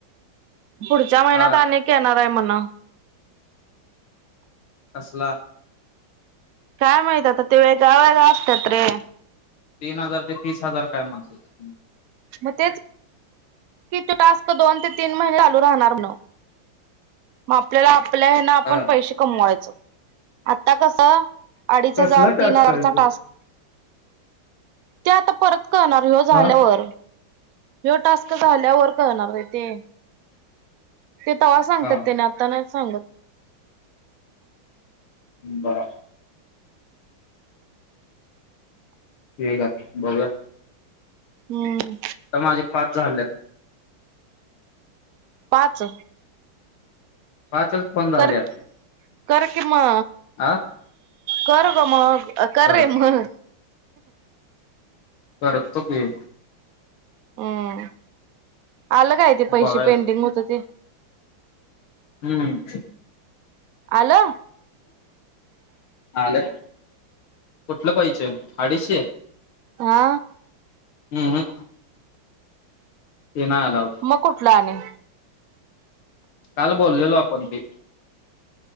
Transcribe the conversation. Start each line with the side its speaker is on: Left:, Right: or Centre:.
Right: पुढच्या महिन्यात
Left: हा
Right: आणिक येणार आहे म्हण.
Left: कसला?
Right: काय माहित? आता ते वेगळा वेगळा असत्यात रे.
Left: तीन हजार ते तीस हजार काय म्हणत्यात.
Right: म तेच- की ते टास्क दोन ते तीन महिने चालू राहणार म्हण. म आपल्याला आपल्या हेन आपण
Left: हा
Right: पैसे कमवायचं. आत्ता कसं? अडीच
Left: कसला
Right: हजार,
Left: टास्क
Right: तीन हजारचा
Left: आहे तो
Right: टास्क- ते आता परत कळणार. ह्यो झाल्यावर.
Left: हा
Right: ह्यो टास्क झाल्यावर कळणार रे ते. ते तवा सांगत्यात.
Left: हा
Right: त्याने आ- त्या नाहीत सांगत.
Left: हं. बरं. ठीक आहे. बघुया.
Right: हूं.
Left: आता माझे पाच झाल्यात.
Right: पाच?
Left: पाचच फोन झाल्यात.
Right: कर कर की म.
Left: आं?
Right: कर ग मग. कर
Left: करत
Right: रे मग.
Left: करतो की.
Right: अं. आलं काय ते पैसे
Left: बघाय
Right: पेंडिंग होतं ते?
Left: हम्म.
Right: आलं?
Left: आल. कुठलं पै- अ अडीचशे?
Right: हा
Left: अं हं. ते नाय आलाउड.
Right: मग कुठल आणि
Left: काल बोललेलो आपण ते,